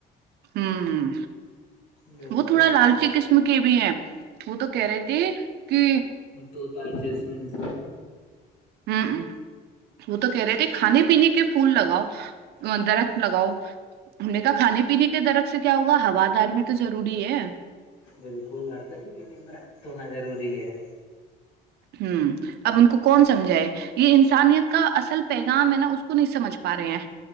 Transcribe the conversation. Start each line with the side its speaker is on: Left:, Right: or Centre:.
Right: ہوں
Left: بالکل
Right: وہ تھوڑا لالچی قسم کے بھی ہے وہ تو کہہ رہے تھے کہ
Left: دو دو ارجسٹ منٹس
Right: ہوں وہ تو کہہ رہے تھے کھانے پینے کے پھول لگاؤ درخت لگاؤ ہم نے کہا کھانے پینے کے درخت سے کیا ہوا ہوا دار بھی تو ضروری ہے
Left: بالکل ہرتاریخ اندر تو ہونا ضروری ہے
Right: ہوں اب ان کو کون سمجھائے یہ انسانیت کا اصل پیغام ہے نا اس کو نہیں سمجھ پا رہے ہیں